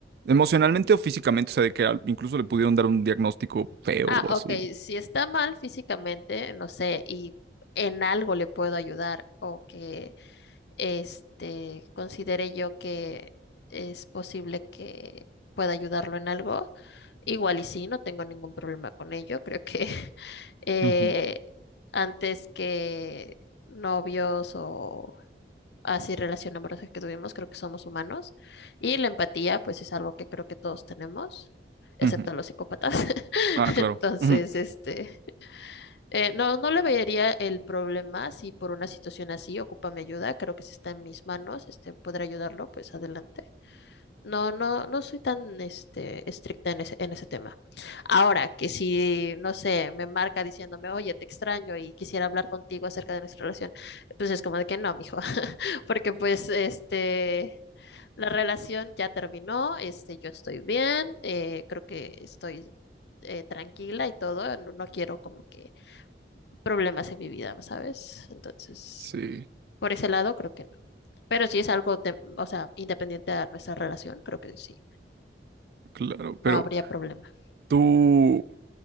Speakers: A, on the right (about 60°); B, on the left (about 70°).
A: Emocionalmente o físicamente, o sea, de que al- incluso le pudieron dar un diagnóstico feo
B: Ah,
A: o así.
B: ok, si está mal físicamente, no sé, y en algo le puedo ayudar o que este considere yo que es posible que pueda ayudarlo en algo. Igual y sí, no tengo ningún problema con ello. Creo que <laughs> eh,
A: Ujú.
B: antes que novios o así relación amorosa que tuvimos, creo que somos humanos. Y la empatía, pues es algo que creo que todos tenemos, excepto
A: Ujú.
B: los psicópatas. <laughs>
A: Ah, claro.
B: Entonces,
A: Ujú.
B: este, eh, no, no le vería el problema si por una situación así ocupa mi ayuda, creo que si está en mis manos, este, poder ayudarlo, pues adelante. No, no, no soy tan este, estricta en ese, en ese tema. Ahora, que si, no sé, me marca diciéndome, oye, te extraño y quisiera hablar contigo acerca de nuestra relación, pues es como de que no, mijo, <laughs> porque pues este, la relación ya terminó, este, yo estoy bien, eh, creo que estoy eh, tranquila y todo, no, no quiero como que problemas en mi vida, ¿sabes? Entonces,
A: Sí,
B: por ese lado, creo que no. Pero si es algo, tem- o sea, independiente de nuestra relación, creo que sí
A: claro,
B: no
A: pero
B: habría problema.
A: tú,